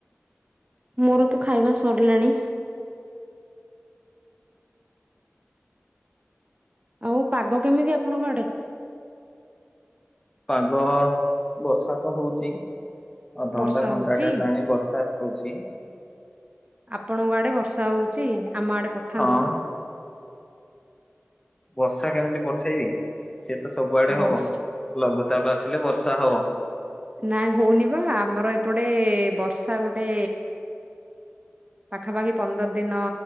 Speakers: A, on the right; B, on the left.
A: ମୋରତ ଖାଇବା ସରିଲାଣି। ଆଉ ପାଗ କେମିତି ଆପଣଙ୍କ ଆଡେ
B: ପାଗ ବର୍ଷାତ ହଉଚି। ଅଧ
A: ବର୍ଷା
B: ଘଣ୍ଟା ଘଣ୍ଟାଟେ
A: ହଉଛି?
B: ହେଲାଣି ବର୍ଷା ହଉଛି।
A: ଆପଣଙ୍କ ଆଡେ ବର୍ଷା ହଉଛି ଆମ ଆଡେ ପଠାନ୍ତୁତ।
B: ହଁ ବର୍ଷା କେମିତି ପଠେଇବି ସେତ ସବୁଆଡେ
A: ବର୍ଷା
B: ହବ ଲଘୁଚାପ ଆସିଲେ ବର୍ଷାହବ।
A: ନାଇଁ ହଉନିବା ଆମର ଏପଟେ ବର୍ଷା ଗୋଟେ ପାଖାପାଖି ପନ୍ଦରଦିନ